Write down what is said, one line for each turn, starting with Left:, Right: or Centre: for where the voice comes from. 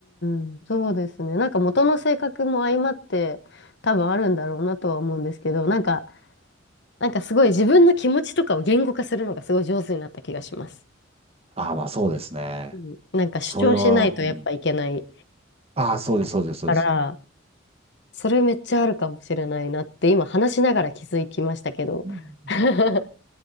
Left: うーん、そうですね。なんか元の性格も相まって多分あるんだろうなとは思うんですけど、なんか、なんかすごい自分の気持ちとかを言語化するのがすごい上手になった気がします。
Right: ああ、まあそうですね。
Left: うん、なんか主張しないとやっぱいけない
Right: それは、うん。ああ、そうです、そうです、そうです。
Left: から、それめっちゃあるかもしれないなって、今話しながら気づきましたけど。
Right: うん
Left: <laughs>